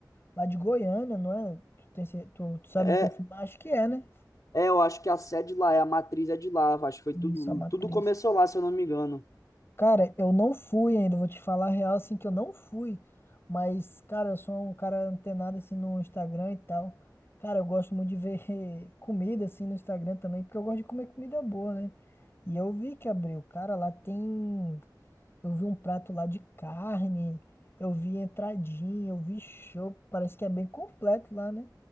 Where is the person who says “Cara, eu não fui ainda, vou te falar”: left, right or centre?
Left